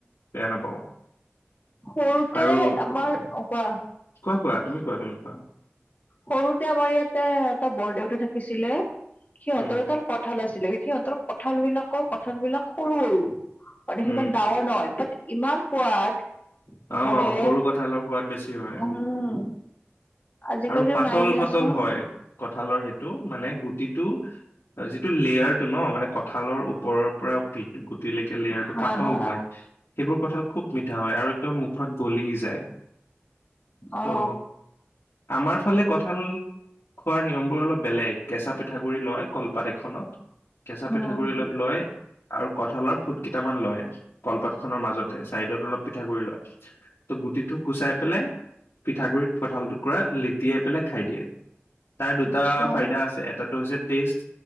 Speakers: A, on the left; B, on the left.
A: বেয়া নাপাওঁ।
B: সৰুতে
A: আৰু
B: আমাৰ অ কোৱা
A: কোৱা কোৱা তুমি কোৱা তুমি কোৱা?
B: সৰুতে আমাৰ ইয়াতে এটা বৰ দেউতা থাকিছিলে, সিহঁতৰ
A: উম
B: তাৰ কঁঠাল আছিল। আছিলে সিহঁতৰ কঠাল বিলাকৰ কঁঠাল বিলাক সৰু সৰু মানে
A: উম
B: সিমান ডাঙৰ নহয় বাট ইমান সোৱাদ
A: আহ
B: মানে
A: সৰু কথা অলপ হোৱাদ বেছি হয়।
B: উম আজিকালিও
A: আৰু পাতল
B: নাই দিয়াচোন
A: পাতল হয় কঠালৰ সেইটো মানে গুটিটো যিটো লেয়াৰ টো ন মানে কঁঠালৰ ওপৰৰ পৰা ভিত তিলেকে লেয়াৰ
B: হা
A: টো পাতল
B: হা
A: হয় সেইবোৰ কঁঠাল খুব মিঠা হয় আৰু একদম মুখত গলি যায় ত'
B: অ
A: আমাৰ ফালে কঠাল খোৱাৰ নিয়ম অলপ বেলেগ কেঁচা পিঠাগুডৰি লয় কলপাত এখনত কেঁচা পিঠাগুৰি
B: উম
A: অলপ লয় আৰু কঁঠালৰ ফুট কেইটামান লয় কলপাত খনৰ মাজতে চাইডত অলপ পিঠাগুড় লয় ত গুটিটো গুচাই পেলাই পিঠাগুৰিত কঠাল টুকুৰা লেটিয়াই পেলাই খাই দিয়ে। তাৰ দুটা
B: আচ্ছা
A: ফাইদা আছে এটাটো হৈছে টেষ্ট